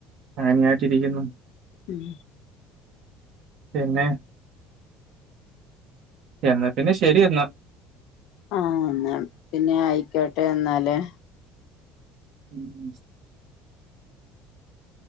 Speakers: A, on the right; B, on the left.
A: ഹാങായിട്ടിരിക്കുന്നു.
B: ഉം
A: പിന്നെ എന്നാ പിന്നെ ശരി എന്നാ.
B: ആഹ് എന്നാ പിന്നെ ആയിക്കോട്ടെ എന്നാല്
A: ഉം ഉ